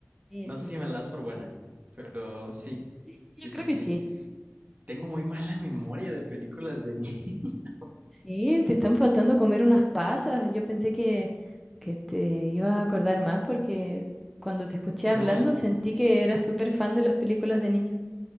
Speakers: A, in the centre; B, on the right.
A: Sí,
B: No
A: sí,
B: sé si
A: sí.
B: me la das por buena, pero sí,
A: Sí, Yo
B: sí,
A: creo
B: sí,
A: que
B: sí.
A: sí.
B: Tengo muy mala memoria de películas de niño. <laughs>
A: Sí, te están faltando comer unas pasas. Yo pensé que, que te ibas a acordar más porque cuando te escuché
B: No,
A: hablando
B: y,
A: sentí que eras súper fan de las películas de niños.